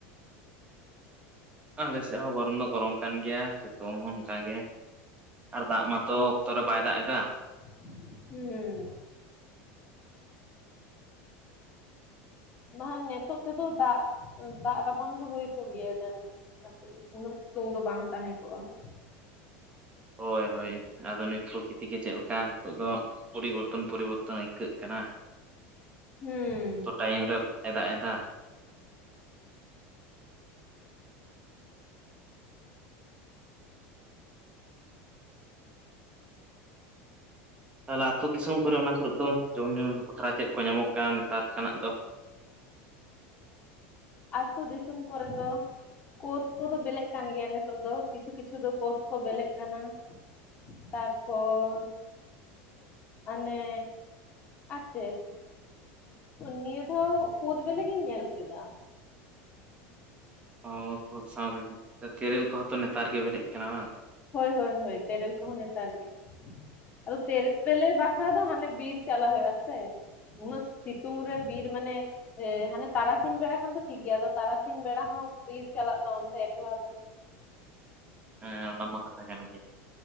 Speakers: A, on the right (about 20°); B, on the left (about 20°).
A: ᱟᱞᱮᱥᱮᱫ ᱦᱚᱸ ᱜᱚᱨᱚᱢ ᱫᱚ ᱜᱚᱨᱚᱢ ᱠᱟᱱ ᱜᱮᱭᱟ ᱥᱮᱛᱩᱝ ᱦᱚᱸ ᱚᱱᱠᱟ ᱜᱮ ᱾ ᱟᱨ ᱫᱟᱜ ᱢᱟᱛᱚ ᱚᱠᱛᱚ ᱨᱮ ᱵᱟᱭ ᱫᱟᱜ ᱮᱫᱟ ᱾
B: ᱦᱩᱸᱻ ᱵᱟᱝᱠᱷᱟᱱ ᱱᱤᱛᱳᱜ ᱛᱮᱫᱚ ᱫᱟᱜ ᱫᱟᱜ ᱨᱟᱵᱟᱝ ᱫᱚ ᱦᱩᱭ ᱠᱚᱜ ᱜᱮᱭᱟ ᱡᱟᱹᱱᱤᱡ ᱾ ᱠᱟᱹᱴᱤᱡ <unintelligible> ᱥᱤᱛᱩᱝ ᱫᱚ ᱵᱟᱝ ᱛᱟᱦᱮᱸ ᱠᱚᱜᱼᱟ ᱾
A: ᱦᱳᱭ ᱦᱳᱭ ᱟᱫᱚ <unintelligible> ᱜᱮ ᱪᱮᱫ ᱞᱮᱠᱟ ᱱᱤᱛᱚᱜ ᱫᱚ ᱯᱚᱨᱤᱵᱚᱨᱛᱚᱱ ᱯᱚᱨᱤᱵᱚᱨᱛᱚᱱ ᱟᱹᱭᱠᱟᱹᱜ ᱠᱟᱱᱟ ᱾
B: ᱦᱩᱸ
A: <inaudible> ᱚᱠᱛᱚ ᱴᱟᱭᱤᱢ ᱨᱮ ᱵᱟᱭ ᱫᱟᱜ ᱮᱫᱟ ᱾ ᱛᱟᱦᱚᱞᱮ ᱟᱛᱳ ᱫᱤᱥᱚᱢ ᱠᱚᱨᱮ ᱚᱱᱟ ᱠᱚᱨᱮᱜ ᱫᱚ ᱡᱚᱢ ᱧᱩ ᱵᱟᱠᱷᱨᱟ ᱪᱮᱫ ᱠᱚ ᱧᱟᱢᱚᱜ ᱠᱟᱱᱟ ᱱᱮᱛᱟᱨ ᱛᱮᱱᱟᱜ ᱫᱚ?
B: ᱟᱛᱳ ᱫᱤᱥᱚᱢ ᱠᱚᱨᱮᱫ ᱫᱚ ᱠᱳᱫᱽ ᱠᱚᱫᱚ ᱵᱮᱞᱮᱜ ᱠᱟᱱ ᱜᱮᱭᱟ ᱱᱤᱛᱚᱜ ᱫᱚ ᱾ ᱠᱤᱪᱷᱩ ᱠᱤᱪᱷᱩ ᱫᱚ ᱠᱳᱫᱽ ᱠᱚ ᱵᱮᱞᱮᱜ ᱠᱟᱱᱟ, ᱛᱟᱨᱯᱚᱨ ᱟᱱᱮ ᱟᱨ ᱪᱮᱫ? ᱱᱤᱭᱟᱹ ᱫᱷᱟᱣ ᱠᱳᱫᱽ ᱵᱮᱞᱮ ᱜᱤᱧ ᱧᱮᱞ ᱠᱮᱫᱟ ᱾
A: ᱦᱚ ᱦᱚ ᱠᱩᱫ ᱥᱟᱶᱛᱮ ᱛᱮᱨᱮᱞ ᱠᱚᱦᱚᱸ ᱛᱚ ᱱᱮᱛᱟᱨ ᱜᱮ ᱵᱮᱞᱮᱜ ᱠᱟᱱᱟ ᱵᱟᱝ?
B: ᱦᱳᱭ ᱦᱳᱭ ᱦᱳᱭ ᱛᱮᱨᱮᱞ ᱠᱚᱦᱚᱸ ᱱᱮᱛᱟᱨ ᱜᱮ, ᱟᱫᱚ ᱛᱮᱨᱮᱞ ᱵᱮᱞᱮ ᱵᱟ ᱟᱠᱷᱨᱟ ᱫᱚ ᱦᱟᱱᱮ ᱵᱤᱨ ᱪᱟᱞᱟᱣ ᱦᱳᱭᱳᱜ ᱟᱥᱮ, ᱩᱱᱟᱹᱜ ᱥᱤᱛᱩᱝ ᱨᱮ ᱵᱤᱨ ᱢᱟᱱᱮ ᱮ ᱦᱟᱱᱮ ᱛᱟᱨᱟᱥᱤᱧ ᱵᱮᱲᱟ ᱠᱷᱚᱱᱟᱱ ᱫᱚ ᱴᱷᱤᱠ ᱜᱮᱭᱟ ᱟᱫᱚ ᱛᱟᱨᱟᱥᱤᱧ ᱵᱮᱲᱟ ᱦᱚᱸ ᱵᱤᱨ ᱪᱟᱞᱟᱜ ᱫᱚ ᱚᱱᱛᱮ ᱮᱠᱞᱟ ᱫᱚ,
A: ᱦᱮᱸ ᱚᱱᱟ ᱢᱟ ᱠᱟᱛᱷᱟ ᱠᱟᱱ ᱜᱮ᱾